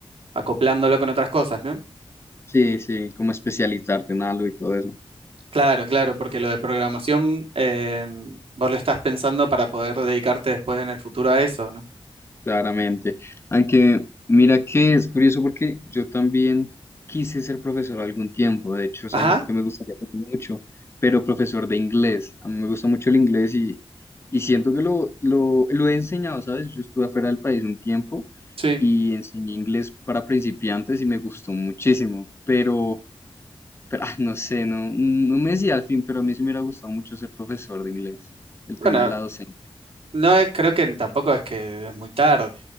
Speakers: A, on the right (about 80°); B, on the left (about 25°).
A: acoplándolo con otras cosas, ¿no?
B: sí, sí, como especializarte en algo y todo eso.
A: Claro, claro, porque lo de programación eh, vos lo estás pensando para poder dedicarte después en el futuro a eso, ¿no?
B: Claramente. Aunque mira que es curioso porque yo también quise ser profesor algún tiempo, de hecho es
A: Ajá,
B: algo que me gustaría hacer mucho, pero profesor de inglés. A mí me gusta mucho el inglés y, y siento que lo, lo, lo he enseñado, ¿sabes? Yo estuve afuera del país un tiempo
A: sí.
B: y enseñé inglés para principiantes y me gustó muchísimo, pero, pero ah, no sé, no, no me decía al fin, pero a mí sí me hubiera gustado mucho ser profesor de inglés, el
A: Bueno,
B: tema de la docencia.
A: no es, creo que tampoco es que es muy tarde.